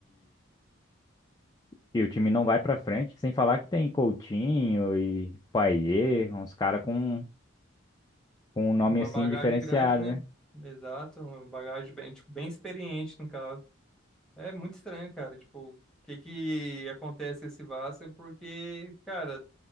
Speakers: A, on the left (about 20°); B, in the centre.
A: E o time não vai pra frente, sem falar que tem Coutinho e Payet, uns caras com, com um nome
B: Uma
A: assim
B: bagagem
A: diferenciado,
B: grande, né?
A: né?
B: Exato, uma bagagem bem, tipo, bem experiente no caso. É muito estranho, cara. Tipo, o que que acontece com esse Vasco? Porque, cara,